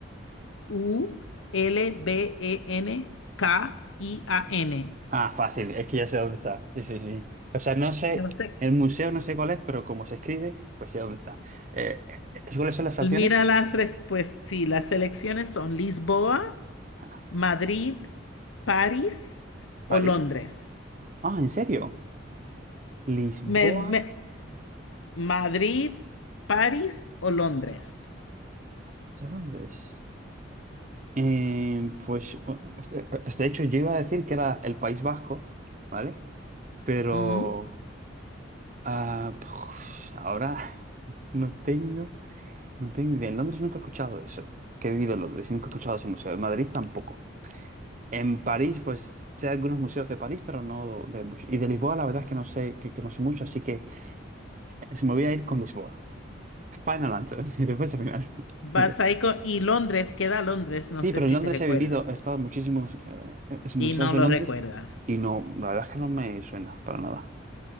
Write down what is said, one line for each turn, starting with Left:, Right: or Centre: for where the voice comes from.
Left: G-U-L-B-E-N-K-I-A-N.
Right: Ah, fácil, es que ya sé dónde está. Sí, sí, sí. O sea, no sé,
Left: Yo sé.
Right: el museo no sé cuál es, pero como se escribe, pues sé dónde está. Eh, ¿es- ¿cuáles son las
Left: Mira
Right: opciones?
Left: las respuestas. Sí, las selecciones son Lisboa,
Right: Ah,
Left: Madrid, París
Right: París.
Left: o Londres.
Right: Ah, ¿en serio? Lisboa.
Left: Me- me- Madrid, París o Londres.
Right: ¿eso ¿Dónde es? Eh, pues, eh, de hecho, yo iba a decir que era el País Vasco, ¿vale? Pero
Left: Mm.
Right: ah, puf, ahora <laughs> no tengo. No tengo idea. En Londres nunca he escuchado eso. Que he vivido en Londres y nunca he escuchado ese museo. En Madrid tampoco. En París, pues sé algunos museos de París, pero no de mucho. Y de Lisboa, la verdad es que no sé, que, que no sé mucho, así que se me voy a ir con Lisboa. Final answer. <laughs> Y después al final.
Left: Vas
Right: <laughs>
Left: ahí con- y Londres, queda Londres, no
Right: Sí,
Left: sé
Right: pero
Left: si
Right: en Londres
Left: te recuerdas.
Right: he vivido, he estado en muchísimos eh, eh, museos
Left: Y no
Right: en
Left: lo
Right: Londres
Left: recuerdas.
Right: y no, la verdad es que no me suena para nada.